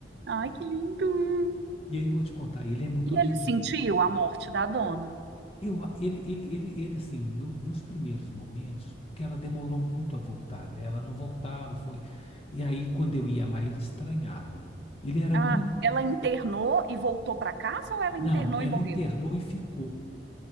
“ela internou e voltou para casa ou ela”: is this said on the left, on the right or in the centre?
Right